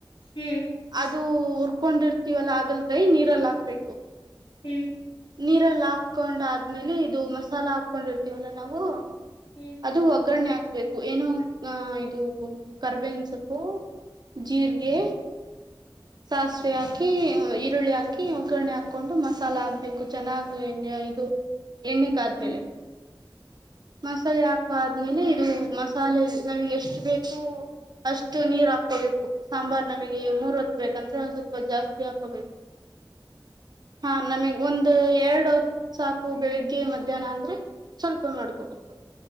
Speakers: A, on the left (about 75°); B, on the right (about 55°).
A: ಹ್ಮ್
B: ಅದು ಉುರ್ಕೊಂಡಿರ್ತೀವಲ್ಲ ಆಗಲ್ ಕೈ ನೀರಲ್ಲ ಹಾಕ್ಬೇಕು
A: ಹ್ಮ
B: ನೀರಲ್ಲಿ ಹಾಕೊಂಡ ಆದ್ಮೇಲೆ ಇದು ಮಸಾಲ ಹಾಕೊಂಡಿರ್ತೀವಲ್ಲ ನಾವು
A: ಹ್ಮ್
B: ಅದು ಒಗ್ಗರಣೆ ಹಾಕ್ಬೇಕು ಏನೋ ಅ ಇದು ಕರ್ಬೇನ್ ಸೊಪ್ಪು ಜೀರಿಗೆ ಸಾಸಿವೆ ಹಾಕಿ ಈರುಳ್ಳಿ ಹಾಕಿ ಒ ಕುಕರ್ಣಿ ಹಾಕೊಂಡು ಮಸಾಲ ಹಾಕ್ಬೇಕು ಚೆನ್ನಾಗ್ ಎಣ ಇದು ಎಣ್ಣಕ್ ಆದ್ಮೇಲೆ
A: ಹ್ಮ್
B: ಮಸಾಲೆ ಹಾಕ ಆದ್ಮೇಲೆ ಇದು ಮಸಾಲೆ ನಮಗೆ ಎಷ್ಟು ಬೇಕು ಅಷ್ಟು ನೀರ್ ಹಾಕೋಬೇಕು ಸಾಂಬಾರ್ ನಮಗೆ ಮೂರ್ ಹೊತ್ ಬೇಕಂದ್ರೆ ಒಂದ್ ಸ್ವಲ್ಪ ಜಾಸ್ತಿ ಹಾಕೋಬೇಕು ಹಾ ನಮಗ್ ಒಂದು ಎರಡು ಸಾಕು ಬೆಳಿಗ್ಗೆ ಮಧ್ಯಾಹ್ನ ಅಂದ್ರೆ ಸ್ವಲ್ಪ ಮಾಡ್ಕೋಬೇಕು